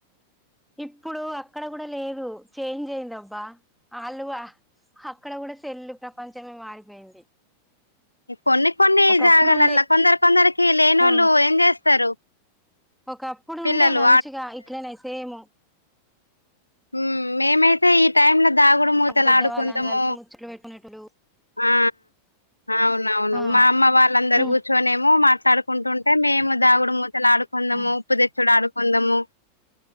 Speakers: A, in the centre; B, on the left.
A: ఇప్పుడు అక్కడ కూడా లేదు చేంజ్ అయింది అబ్బా ఆలువ హక్కడ కూడా సెల్లు ప్రపంచమే మారిపోయింది
B: కొన్ని కొన్ని
A: ఒకప్పుడు
B: జాగాలల్లా
A: ఉండే
B: కొందరు కొందరికి లేని వాళ్ళు
A: ఆ
B: ఏం చేస్తారు
A: ఒకప్పుడు
B: పిల్లలు
A: ఉండే మంచిగా ఇట్లనే సేము
B: హామ్ మేమైతే ఈప్ ఈ టైమ్ లా దాగుడు మూతలు
A: పెద్దవాళ్ళని
B: ఆడుకుందాము
A: కలిసి ముచ్చట్లు పెట్టుకునేటోళ్ళు
B: ఆ అవునవును
A: ఆ
B: మా అమ్మ వాళ్ళందరు
A: ఉమ్
B: కూర్చొనిమో మాట్లాడుకుంటుంటే మేము దాగుడు మూతలు ఆడుకు కుందామో
A: ఉమ్
B: ఉప్పు తెచ్చోడు అడుకుందమో